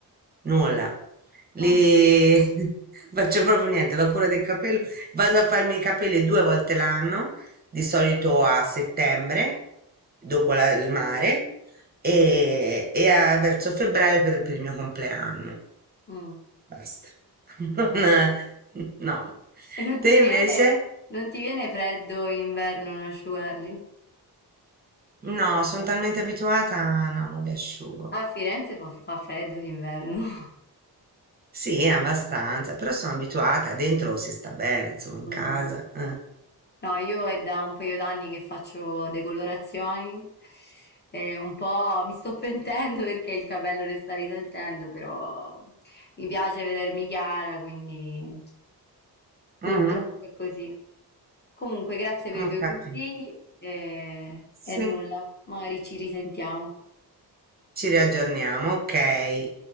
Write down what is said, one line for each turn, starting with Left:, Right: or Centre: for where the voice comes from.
Right: nulla. Li
Left: Ah,
Right: <laughs> faccio proprio niente, la cura del capello. Vado a farmi i capelli due volte l'anno, di solito a settembre, dopo la- il mare, e, e a- verso febbraio per, per il mio compleanno.
Left: mh,
Right: Basta. <laughs>
Left: bene.
Right: Non- No.
Left: E non
Right: Te
Left: ti viene,
Right: invece?
Left: non ti viene freddo in inverno non asciugarli?
Right: No, sono talmente abituata, no, non li asciugo.
Left: A Firenze fa, fa freddo d'inverno. <laughs>
Right: Sì, abbastanza, però sono abituata, dentro si sta bene, insomma, in
Left: Mhm.
Right: casa. eh.
Left: No, io è da un paio d'anni che faccio decolorazioni e un po' mi sto pentendo perché il capello ne sta risaltando, però mi piace vedermi chiara, quindi purtroppo
Right: Mhm,
Left: è così. Comunque, grazie per
Right: Ho
Left: i tuoi
Right: capito.
Left: consigli e,
Right: Sì,
Left: e nulla, magari ci risentiamo.
Right: ci riaggiorniamo, ok.